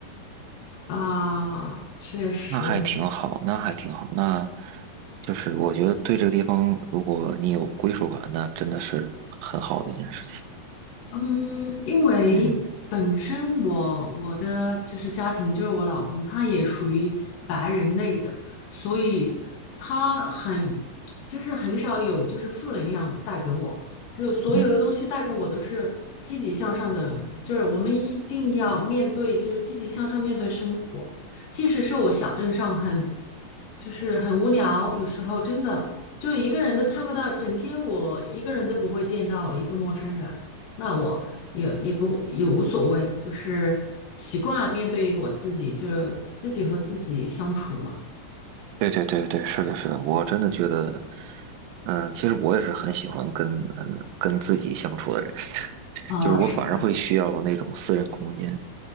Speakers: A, on the left; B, on the right.
A: 啊，确实。
B: 那还挺好，那还挺好，那就是我觉得对这个地方，如果你有归属感，那真的是很好的一件事情。
A: 嗯，因为本身我我的就是家庭，
B: 嗯
A: 就是我老公，他也属于白人类的，所以他很就是很少有就是负能量带给我，就所有的东西带给我都是积极向上的，
B: 嗯，
A: 就是我们一定要面对，就是积极向上面对生活，即使是我小镇上很就是很无聊，有时候真的就一个人都看不到，整天我一个人都不会见到一个陌生人。那我也也不也无所谓，就是习惯面对我自己，就是自己和自己相处嘛。
B: 对对对对，是的，是的，我真的觉得，嗯、其实我也是很喜欢跟嗯跟自己相处的人，
A: 啊，
B: 就是我反而会需要那种私人空间。
A: 是的，